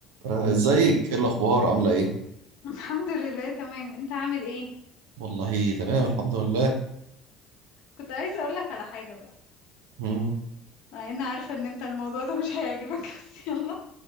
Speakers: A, on the right; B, on the left.
A: آه، ازيك ايه الاخبار عامله ايه
B: الحمد لله تمام انت عامل ايه
A: والله تمام الحمد لله
B: كنت عايزه اقول لك على حاجه بقى
A: مم.
B: مع ان عارفه ان انت الموضوع ده مش هيعجبك <laughs> بس يلا